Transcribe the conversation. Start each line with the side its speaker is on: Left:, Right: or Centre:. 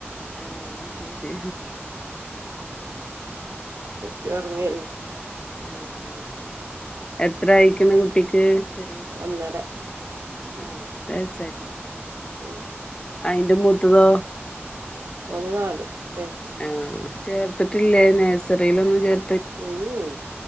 Left: ഏഹ് അയിശെരി
Right: കുട്ടി ഒറങ്ങ് എയ്നി
Left: ആഹ് ആഹ് ആഹ് എത്രയിക്ക്‌ണു കുട്ടിക്ക്‌, ചെറിയെ കു
Right: ഒന്നര ഉം
Left: ആഹ് ഒന്നര വയസായിട്ടൊള്ളുലെ
Right: ഉം
Left: അയിന്റെ മുത്തതോ?
Right: ഒഓന് നാല് വയസ്സ്
Left: ആഹ് ചേർത്തിട്ടില്ലേ നേസറീലൊന്നും ചേർ
Right: ഉം ഉം